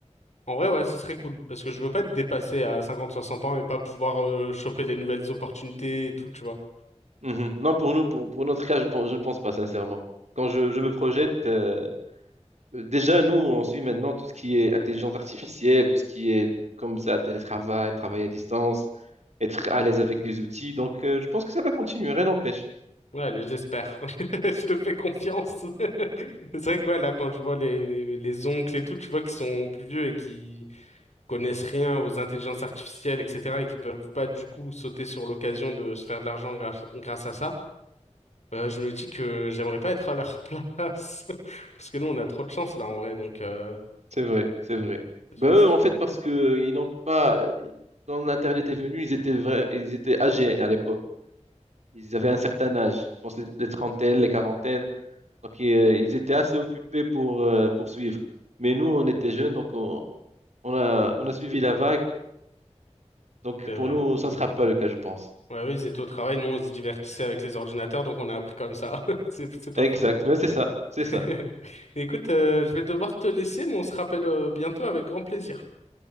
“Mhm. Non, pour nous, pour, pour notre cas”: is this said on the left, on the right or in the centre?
Right